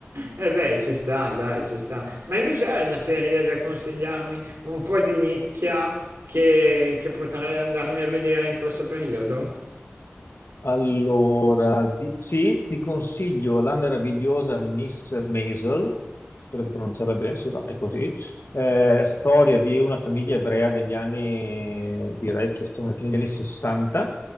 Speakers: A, on the right (about 85°); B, on the left (about 80°).
A: E Eh beh, ci sta, dai, ci sta. Ma invece hai una serie da consigliarmi un po' di nicchia che, che potrei andarmi a vedere in questo periodo?
B: Allora, di- sì, ti consiglio la meravigliosa Miss Maisel, spero di pronunciarla bene, sì, va, è così. Eh, storia di una famiglia ebrea negli anni, direi che siamo alla fine degli anni 60.